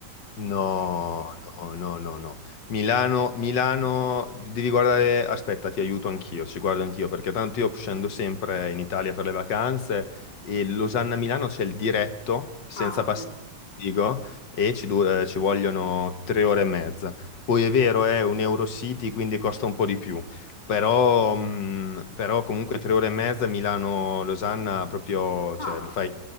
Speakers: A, on the left; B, on the left.
A: No, no, no, no, no. Milano, Milano, devi guardare, aspetta, ti aiuto anch'io, ci guardo anch'io, perché tanto io scendo sempre in Italia per le vacanze e Losanna-Milano c'è il diretto senza
B: Ah, ok.
A: passare il Vigo e ci, du- eh, ci vogliono tre ore e mezza. Poi è vero, è un Eurocity, quindi costa un po' di più, però, mh, però comunque tre ore e mezza Milano-Losanna proprio,
B: Ah,
A: cioè,
B: perché
A: li fai...